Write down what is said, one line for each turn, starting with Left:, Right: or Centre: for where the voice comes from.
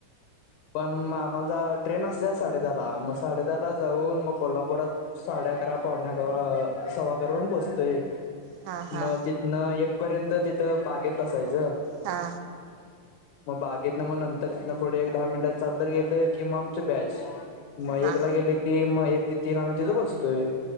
Left: <inaudible> पण मग आम्हाला ट्रेन असते साडेदहाला मग साडे दहा ला जाऊन मग कोल्हापुरात साडे अकरा, पावणे अकरा, सव्वा करून पोचतोय
Right: हा हा
Left: मग तिथन एक पर्यंत तिथं बागेत बसायचं.
Right: हा
Left: <unintelligible> मग बागेत न मग नंतर इथ न पुढे एक दहा मिनिटात चालत गेलं की मग आमची बॅच मग
Right: हा
Left: एक ला गेले की मग एक ते तीन आम्ही तिथे बसतोय